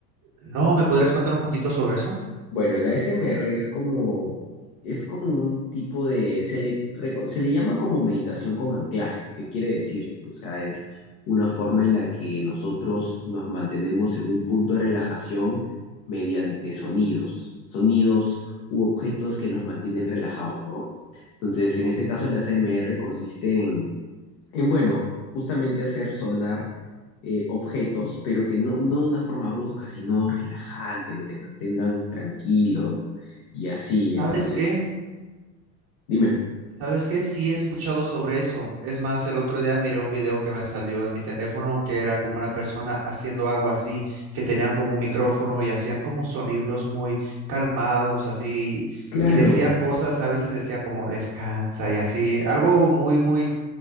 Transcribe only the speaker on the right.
¿No me podrías contar un poquito sobre eso?
¿Sabes qué?
¿Sabes qué? Sí he escuchado sobre eso. Es más, el otro día miré un video que me salió en mi teléfono que era como una persona haciendo algo así, que tenían como un micrófono y hacían como sonidos muy calmados, así,
y decían cosas, a veces decían como descansa y así, algo muy, muy